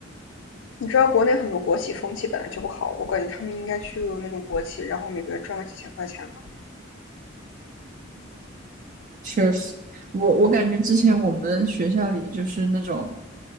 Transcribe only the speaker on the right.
确实，我我感觉之前我们学校里就是那种，